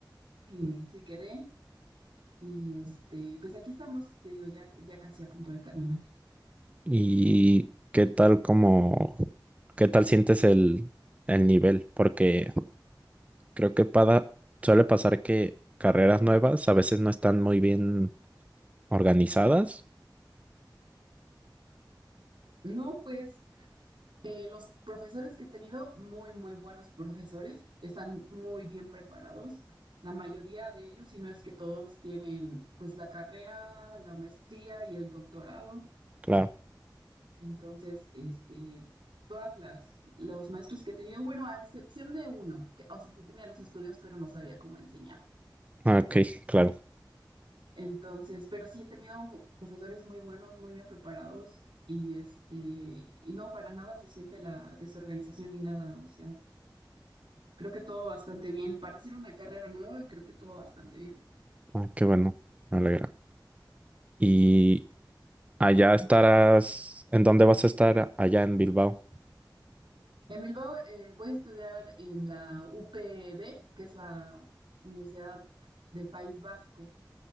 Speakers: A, on the right; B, on the right.
A: Y sí quedé. Y este, pues aquí estamos, te digo, ya, ya casi a punto de terminar.
B: ¿Y qué tal como, qué tal sientes el, el nivel? Porque creo que pada- suele pasar que carreras nuevas a veces no están muy bien organizadas.
A: No, pues eh, los profesores que he tenido, muy, muy buenos profesores, están muy bien preparados. La mayoría de ellos, si no es que todos tienen pues la carrera, la maestría y el doctorado.
B: Claro.
A: Entonces, este, todas las, los maestros que he tenido, bueno, a excepción de uno, que, o sea, sí tenía los estudios, pero no sabía cómo enseñar.
B: Ah, Ok, claro.
A: Entonces, pero sí he tenido profesores muy buenos, muy bien preparados y este, y no, para nada se siente la desorganización ni nada, o sea, creo que todo bastante bien. Para hacer una carrera nueva, creo que todo bastante bien.
B: Ah, qué bueno. Me alegra. ¿Y allá estarás? ¿En dónde vas a estar allá en Bilbao?
A: En Bilbao, eh, voy a estudiar en la UPB, que es la Universidad del País Vasco,